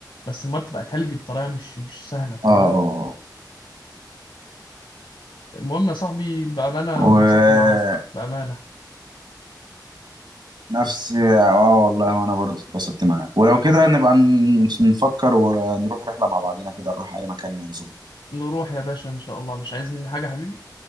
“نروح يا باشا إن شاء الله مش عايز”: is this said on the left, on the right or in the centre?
Left